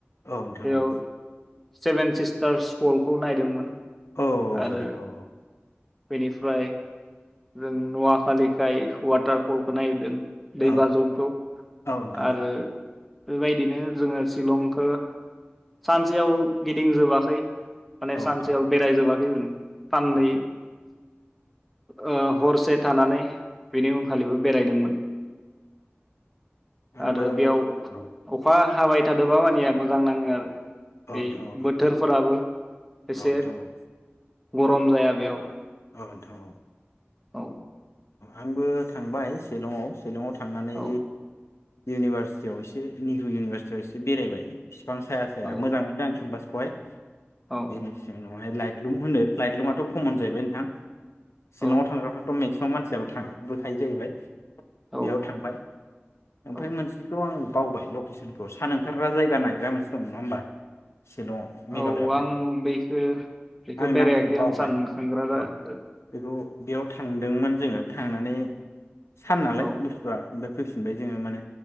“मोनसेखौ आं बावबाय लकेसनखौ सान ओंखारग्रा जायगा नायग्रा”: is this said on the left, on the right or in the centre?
Left